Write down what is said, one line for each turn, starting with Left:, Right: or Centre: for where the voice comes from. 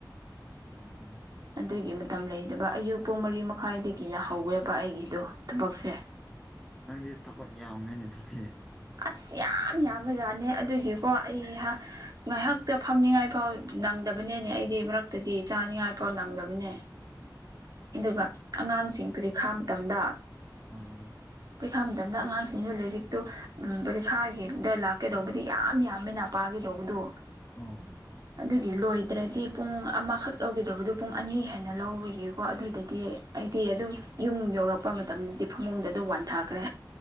Centre: ꯎꯝ
Right: ꯑꯗꯨꯒꯤ ꯃꯇꯝ ꯂꯩꯗꯕ ꯑꯌꯨꯛ ꯄꯨꯡ ꯃꯔꯤ ꯃꯈꯥꯏꯗꯒꯤꯅ ꯍꯧꯋꯦꯕ ꯑꯩꯒꯤꯗꯣ ꯊꯕꯛꯁꯦ
Centre: ꯅꯪꯗꯤ ꯊꯕꯛ ꯌꯥꯝꯃꯦꯅꯦ ꯑꯗꯨ꯭ꯔꯁꯦ
Right: ꯑꯁ ꯌꯥꯝ ꯌꯥꯝ ꯕꯖꯥꯠꯅꯦ ꯑꯗꯨꯒꯤꯀꯣ ꯑꯩ ꯉꯥꯏꯍꯥꯛꯇ ꯐꯝꯅꯤꯡꯉꯥꯏ ꯐꯥꯎ ꯅꯪꯗꯕꯅꯦꯅꯦ ꯑꯩꯗꯤ ꯃꯔꯛꯇꯗꯤ ꯆꯥꯅꯤꯉꯥꯏ ꯐꯥꯎ ꯅꯪꯗꯕꯅꯦ ꯑꯗꯨꯒ ꯑꯉꯥꯡꯁꯤꯡ ꯄꯨꯔꯤꯈꯥ ꯃꯇꯝꯗ
Centre: ꯑꯥ
Right: ꯄꯔꯤꯈꯥ ꯃꯇꯝꯗ ꯑꯉꯥꯡꯁꯤꯡꯁꯨ ꯂꯥꯏꯔꯤꯛꯇꯨ ꯎꯝ ꯄꯔꯤꯈꯥꯒꯤꯗ ꯂꯥꯛꯀꯦꯗꯧꯕꯗꯤ ꯌꯥꯝ ꯌꯥꯝꯃꯤꯅꯄꯥꯥꯒꯗꯧꯕꯗꯣ
Centre: ꯑꯣ
Right: ꯑꯗꯨꯒꯤ ꯂꯣꯏꯗ꯭ꯔꯗꯤ ꯄꯨꯡ ꯑꯃꯈꯛ ꯂꯧꯒꯗꯧꯕꯗꯨ ꯄꯨꯡ ꯑꯅꯤ ꯍꯦꯟꯅ ꯂꯧꯕꯒꯤꯀꯣ ꯑꯗꯨꯗꯗꯤ ꯑꯩꯗꯤ ꯑꯗꯨꯝ ꯌꯨꯝ ꯌꯧꯔꯛꯄ ꯃꯇꯝꯗꯗꯤ ꯐꯃꯨꯡꯗ ꯑꯗꯨ ꯋꯥꯟꯊꯈ꯭ꯔꯦ